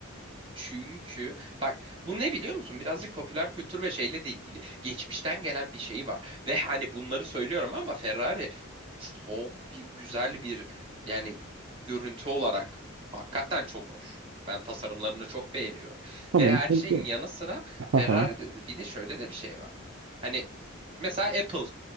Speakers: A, on the right; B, on the right.
A: Çünkü bak bu ne biliyor musun? Birazcık popüler kültür ve şeyle de ilgili. Geçmişten gelen bir şey var. Ve hani bunları söylüyorum ama Ferrari çok güzel bir yani görüntü olarak hakikaten çok hoş. Ben tasarımlarını çok beğeniyorum.
B: Tamam
A: Ve her
B: peki.
A: şeyin yanı sıra Ferrari'de
B: Haha.
A: bir de şöyle de bir şey var. Hani mesela Apple